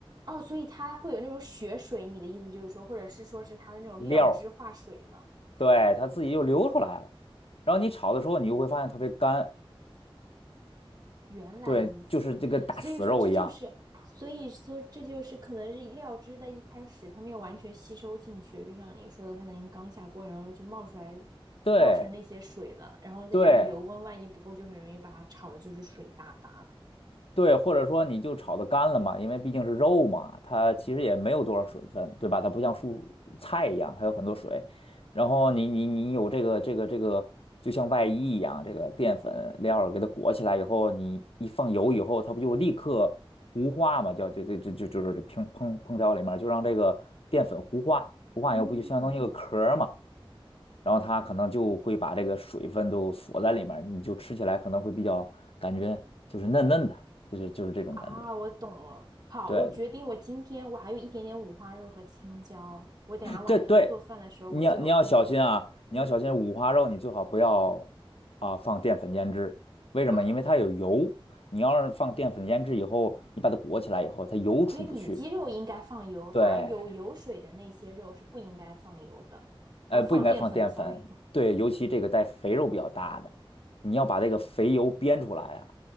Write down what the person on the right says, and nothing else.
哦，所以它会有那种血水，你的意思就是说，或者是说是它的那种料汁化水了。
原来如此，
所以说这就是，所以说这就是可能是料汁在一开始它没有完全吸收进去，就像你说的，它可能刚下锅，然后就冒出来，
冒成那些水了，然后再加上油温，
万一不够，就很容易把它炒的就是水哒哒的。
嗯，
啊，我懂了。好，
我决定，我今天我还有一点点五花肉和青椒，我等下晚上做饭的时候我就我就嗯
啊，
所以里脊肉应该放油，反而有油水的那些肉是不应该放油的，
啊，放淀粉的，sorry。